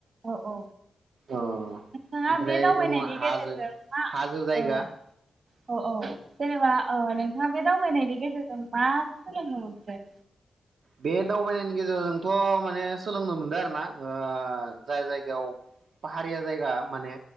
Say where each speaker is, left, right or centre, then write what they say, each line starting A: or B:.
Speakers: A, on the right; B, on the right.
A: औ औ
B: ओमफ्राय
A: नोंथाङा बे दावबायनायनि
B: दङ हाजो
A: गेजेरजों मा
B: हाजो जायगा
A: औ औ औ जेनेबा ओ नोंथाङा बे दावबायनायनि गेजेरजों मा सोलोंनो मोनखो
B: बे दावबायनायनि गेजेरजोंथ माने सोलोंनो मोनदो आरो ना ओ जाय जायगायाव पाहारिया जायगा माने